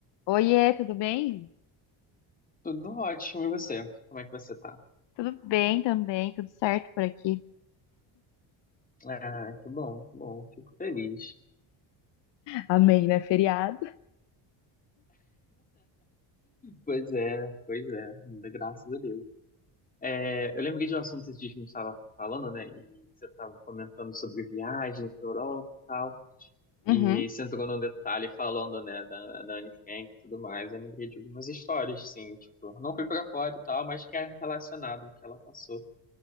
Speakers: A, on the left; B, on the left.
A: Oiê, tudo bem?
B: Tudo ótimo, e você? Como é que você tá?
A: Tudo bem também, tudo certo por aqui.
B: Ah, que bom, que bom. Fico feliz.
A: Amém, né? Feriado.
B: Pois é, pois é, ainda graças a Deus. É, eu lembrei de um assunto que a gente estava falando, né? E você estava comentando sobre viagem para Europa e tal. E
A: Uhum.
B: aí você entrou num detalhe falando, né, da, da Anne Frank e tudo mais. Eu lembrei de algumas histórias, sim, tipo, não fui para fora e tal, mas que é relacionado ao que ela passou.